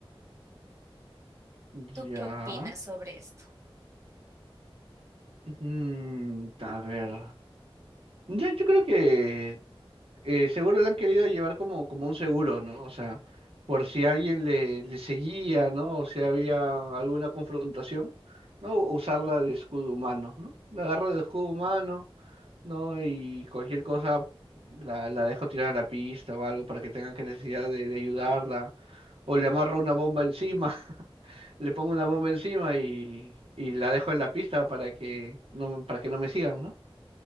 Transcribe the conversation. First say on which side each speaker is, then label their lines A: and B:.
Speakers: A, on the right; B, on the right.
A: ¿Tú
B: Ya.
A: qué opinas sobre esto?
B: Mm, a ver. Yo, yo creo que eh, seguro lo han querido llevar como, como un seguro, ¿no? O sea, por si alguien le, le seguía, ¿no? O si había alguna confrontación, ¿no? Usarla de escudo humano, ¿no? La agarro de escudo humano, ¿no? Y cualquier cosa la, la dejo tirada a la pista o algo para que tengan que necesidad de, de ayudarla. O le amarro una bomba encima, <laughs> le pongo una bomba encima y, y la dejo en la pista para que no, me- para que no me sigan, ¿no?